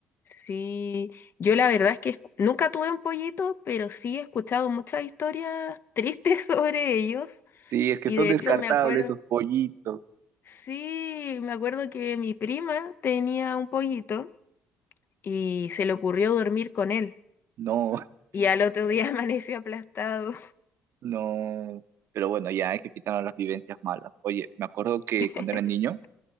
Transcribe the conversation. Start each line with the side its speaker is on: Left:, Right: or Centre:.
Left: sí, yo la verdad es que escu- nunca tuve un pollito, pero sí he escuchado muchas historias tristes <laughs> sobre ellos.
Right: Sí, es que
Left: Y
Right: son
Left: de
Right: descartables
Left: hecho me eso? acuerdo,
Right: esos pollitos.
Left: sí, me acuerdo que mi prima tenía un pollito y se le ocurrió dormir con él.
Right: No,
Left: Y al otro día <laughs> amaneció aplastado.
Right: <laughs> no. Pero bueno, ya hay que quitar las vivencias malas. Oye, me acuerdo que
Left: <laughs>
Right: cuando era niño,